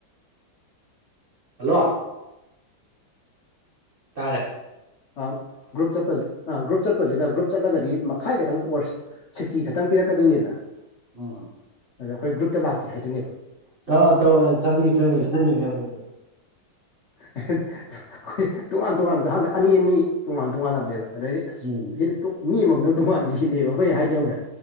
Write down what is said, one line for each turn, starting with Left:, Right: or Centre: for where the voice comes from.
Right: ꯍꯜꯂꯣ ꯇꯥꯔꯦ
Left: ꯑꯥ ꯒ꯭ꯔꯨꯞ ꯆꯠꯄꯁꯦ ꯑꯥ ꯒ꯭ꯔꯨꯞ ꯆꯠꯄꯁꯤꯗ ꯒ꯭ꯔꯨꯞ ꯆꯠꯂꯒꯗꯤ ꯃꯈꯥꯏ ꯈꯛꯇꯪ ꯑꯣꯔ ꯁꯤꯇꯤ ꯈꯛꯇꯪ ꯄꯤꯔꯛꯀꯗꯣꯏꯅꯤꯗꯅ
Right: ꯎꯝ
Left: ꯑꯗ ꯑꯩꯈꯣꯏ ꯒ꯭ꯔꯨꯞꯇ ꯂꯥꯛꯇꯦ ꯍꯥꯏꯗꯣꯏꯅꯦꯕ
Right: ꯑꯥ ꯇꯧ ꯈꯪꯉꯤ ꯈꯪꯉꯤ ꯈꯪꯉꯤ ꯈꯪꯉꯤ
Left: ꯍꯤꯍꯤꯍꯤꯑꯩꯈꯣꯏ ꯇꯣꯉꯥꯟ ꯇꯣꯉꯥꯟꯕꯁꯦ ꯑꯍꯥꯟꯌꯗ ꯑꯅꯤ ꯑꯅꯤ ꯇꯣꯉꯥꯟ ꯇꯣꯉꯥꯟꯂꯝꯅꯦꯕ ꯑꯗꯩꯗꯤ ꯑꯁ
Right: ꯎꯝ
Left: ꯑꯁꯤꯗꯤ ꯇꯣꯛ ꯃꯤ ꯑꯃꯃꯝ ꯗꯪ ꯇꯣꯉꯥꯟꯁꯤ ꯁꯤꯅꯦꯕ ꯑꯩꯈꯣꯏ ꯍꯥꯏꯖꯦ ꯈꯪꯕ꯭ꯔ